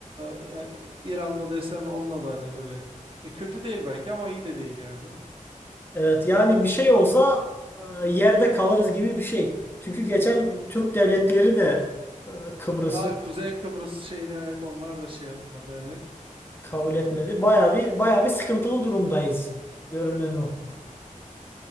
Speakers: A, on the right; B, on the left.
A: e, ya İran'la desen onunla da hani öyle. E, kötü değil belki ama iyi de değil yani.
B: Evet yani bir şey olsa e, yerde kalırız gibi bir şey. Çünkü geçen Türk devletleri de e, Kıbrıs'ı
A: Ha Kuzey Kıbrıs şeyine evet onlar da şey yapmadı yani.
B: Kabul etmedi. Baya bir baya bir sıkıntılı durumdayız. Görünen o.